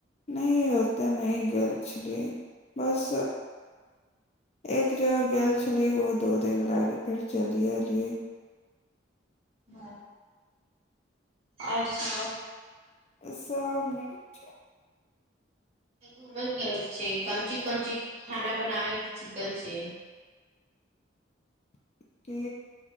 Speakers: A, on the left (about 35°); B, on the right (about 30°).
A: नहि ओतय नहि गेल छलियै बस एक जगह गेल छलियै ओहो दू दिन लागि फेर चलिये एलिये
B: हँ आओर सभ
A: तऽ सरम नहि होइत छै
B: घूम गेल छै कोनची कोनची खाना बनावैके चिकन छै
A: <inaudible> के